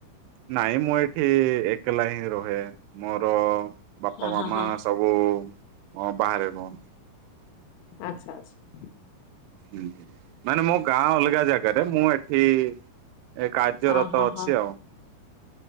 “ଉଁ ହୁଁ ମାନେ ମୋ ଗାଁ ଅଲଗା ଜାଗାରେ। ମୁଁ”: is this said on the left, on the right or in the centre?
Right